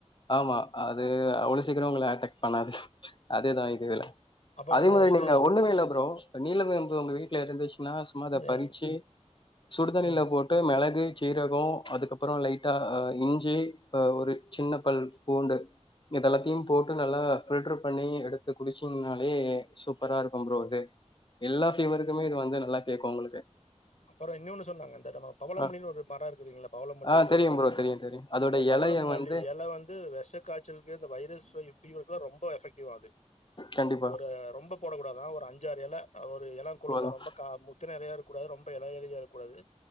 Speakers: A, on the left; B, on the left.
A: ஆமா அது அவ்ளோ சீக்றோ உங்கள அட்டாக் பண்ணாது அதேதா இதுவேல
B: அப்புறோ
A: அதே
B: அந்த
A: மாரி
B: இது
A: நீங்க ஒண்ணுமே இல்ல ப்ரோ நீல வேம்பு உங்க வீட்ல இருந்துச்சுன்னா சும்மா அத
B: எ
A: பறி ச்சி சுடுதண்ணில
B: ம்
A: போட் ட்டு மெளகு சீரகோ அதுக்கப்பறோ லைட்டா இஞ்சி அ ஒரு சின்ன பல் பூண்டு இதெல்லாத்தையு போட்டு நல்லா ஃபில்டர் பண்ணி எடுத்து குடிச்சீங்கனாலே சூப்பரா இருக்கு ப்ரோ அது எல்லா ஃபீவருக்குமே இது வந்து நல்லா கேக்கோ உங்களுக்கு
B: அப்பறோ இன்யூன்னு சொன்னாங்க அந்த நம பவளமல்லின்னு
A: அ
B: ஒரு மரோ இருக்குதுங்களா பவளமல்லின்டு
A: ஆ தெரியும்
B: ஒரு மாரி
A: ப்ரோ தெரியும் தெரியும். அதோட
B: அந்த பவள
A: இலைய
B: மல்லி
A: வந்து
B: எல வந்து வெஷக் காச்சல்க்கு இந்த வைரஸ் ஃபையு ஃபீவர்க்குல்லா ரொம்போ எஃபெக்டிவ் அது
A: கண்டிப்பா
B: ஒரு ரொம்போ போடக் கூடாதா ஒரு அஞ்சாறு எல அ ஒரு எலங் கொழுந்த
A: போதும்.
B: ரொம்போ கா முத்துன எலையா இருக் கூடாது ரொம்ப எல எலையா இருக் கூடாது